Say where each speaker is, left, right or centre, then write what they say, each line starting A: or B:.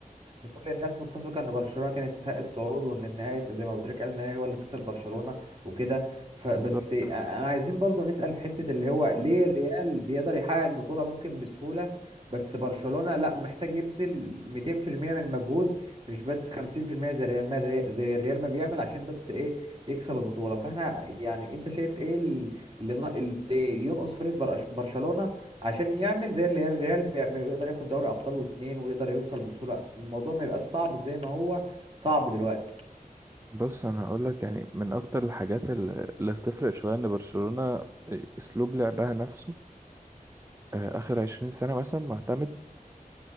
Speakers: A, on the right; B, on the right.
A: إن كل الناس متفقة إن برشلونة كانت تستحق الصعود وإن النهاية زي ما أبو تريكة قال النهاية هو اللي كسب برشلونة وكده فبس
B: بالظبط
A: أنا عايزين برضو نسأل في حتة اللي هو ليه الريال بيقدر يحقق البطولة ممكن بسهولة بس برشلونة لا محتاج يبذل 200% من المجهود مش بس 50% زي الريال ما زي الريال ما بيعمل عشان بس إيه يكسب البطولة فاحنا يعني أنت شايف إيه ال- اللي نا- اللي ينقص فريق برش- برشلونة عشان يعمل زي اللي الريال بيعمله يقدر ياخد دوري ابطال واتنين ويقدر يوصل بسهوله الموضوع ما يبقاش صعب زي ما هو صعب دلوقتي
B: بص انا هقول لك يعني من اكتر الحاجات اللي اللي بتفرق شويه ان برشلونه آه، اسلوب لعبها نفسه آه، اخر 20 سنه مثلا معتمد